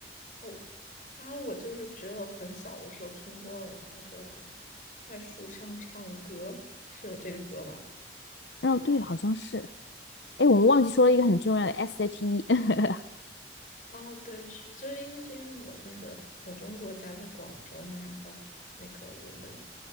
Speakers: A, on the left; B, on the left.
A: 哦，啊，我就是只有很小的时候听过那个在树上唱歌，是有这个歌吧？
B: 哦，对，好像是，哎，我们忘记说了一个很重要的 S.H.E，<laughs>
A: 哦，对，是，就是因为就因为我那个我中国家在广州嘛，然后那个我们